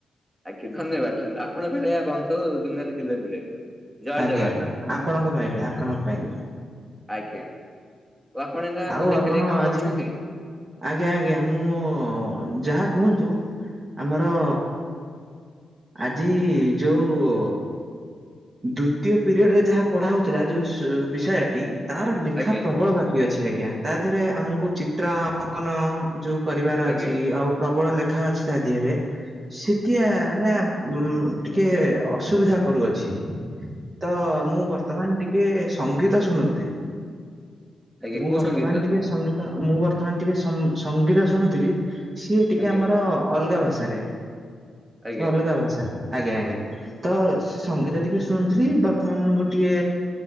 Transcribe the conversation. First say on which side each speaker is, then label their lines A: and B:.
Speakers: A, on the right; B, on the right.
A: ଆଜ୍ଞା ଧନ୍ୟବାଦ ଆପଣଙ୍କ ଭଳି ବନ୍ଧୁ ଦୁନିଆରେ ଥିଲେ ମିଳେ। ଜୟ
B: ଆଜ୍ଞା
A: ଜଗନ୍ନାଥ
B: ଆଜ୍ଞା ଆପଣଙ୍କ ପାଇଁବି ଆପଣଙ୍କ ପାଇଁବି।
A: ଆଜ୍ଞା। ଓ ଆପଣ ଏଇନା କଣ
B: ଆଉ
A: ଲେଖା
B: ଆପଣ
A: ଲେଖି କାମ
B: ଆଜି
A: କରୁଛନ୍ତି
B: ଆଜ୍ଞା ଆଜ୍ଞା, ମୁଁ ଯାହା କୁହନ୍ତୁ, ଆମର ଆଜି ଯୋଉ ଦ୍ଵିତୀୟ ପିରିୟଡରେ ଯାହା ପଢା ହଉଥିଲା ଯୋଉ ବିଷୟଟି ତାର ଲେଖା
A: ଆଜ୍ଞା
B: ପ୍ରବଳ ବାକି ଅଛି। ଛି ଆଜ୍ଞା ତା ଦେହରେ ଆମକୁ ଚିତ୍ର ଅଙ୍କନ ଯୋଉ କରିବାର
A: ଆଜ୍ଞା
B: ଅଛି, ଆଉ ପ୍ରବଳ ଲେଖ କଥା ଅଛି ତା ଦେହରେ ସେଠି ଆଜ୍ଞା ଉଁ ଟିକେ ଅସୁବିଧା କରୁଅଛି। ତ ମୁଁ ବର୍ତ୍ତମାନ ଟିକେ ସଙ୍ଗୀତ ଶୁଣୁଥିଲି।
A: ଆଜ୍ଞା
B: ମୁଁ
A: କୋଉ
B: ବର୍ତ୍ତମାନ
A: ସଙ୍ଗୀତ
B: ଟିକେ ସଙ୍ଗୀତ ମୁଁ ବର୍ତ୍ତମାନ ଟିକେ ସଂ-ସଙ୍ଗୀତ ଶୁଣୁଥିଲି। ସିଏ ଟିକେ
A: ଆଜ୍ଞା
B: ଆମର ଅଲଗା ଭାଷାରେ
A: ଆଜ୍ଞା
B: ସେ ଅଲଗା ଭାଷା। ଆଜ୍ଞା ଆଜ୍ଞା ତ ସେ ସଙ୍ଗୀତ ଟିକେ ଶୁଣୁଥିଲି ବର୍ତ୍ତମାନ ଗୋଟିଏ